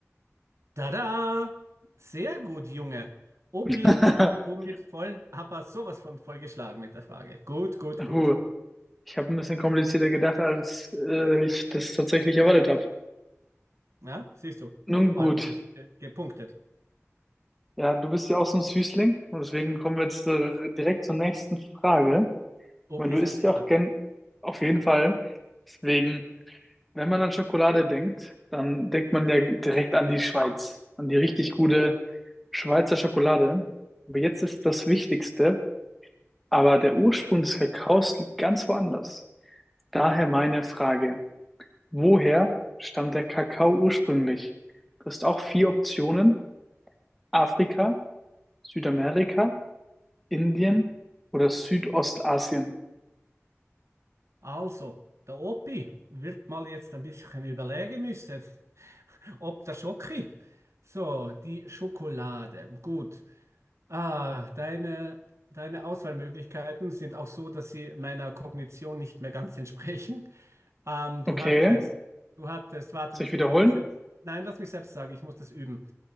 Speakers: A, on the right (about 70°); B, in the centre.
A: Tada! Sehr gut, Junge. Opi
B: <laughs>
A: ist somit voll, aber sowas von vollgeschlagen mit der Frage. Gut, gut,
B: Huh.
A: gut.
B: Ich habe ein bisschen komplizierter gedacht, als äh, ich das tatsächlich erwartet habe.
A: Ja, siehst du.
B: Nun
A: Und ordentlich
B: gut.
A: ge- gepunktet.
B: Ja, du bist ja auch so ein Süßling und deswegen kommen wir jetzt äh, direkt zur nächsten Frage.
A: Opi
B: Ich meine,
A: ist
B: du isst
A: ein Süßer.
B: ja auch gern auf jeden Fall. Deswegen. Wenn man an Schokolade denkt, dann denkt man ja direkt an die Schweiz, an die richtig gute Schweizer Schokolade. Aber jetzt ist das Wichtigste, aber der Ursprung des Kakaos liegt ganz woanders. Daher meine Frage, woher stammt der Kakao ursprünglich? Du hast auch vier Optionen, Afrika, Südamerika, Indien oder Südostasien.
A: Also, der Opi wird mal jetzt ein bisschen überlegen müssen, ob der Schoki. So, die Schokolade. Gut. Ah, deine, deine Auswahlmöglichkeiten sind auch so, dass sie meiner Kognition nicht mehr ganz <laughs> entsprechen. Ähm, du
B: Okay,
A: hattest, du hattest, warte,
B: soll
A: lass
B: ich wiederholen?
A: mich selbst, nein, lass mich selbst sagen, ich muss das üben.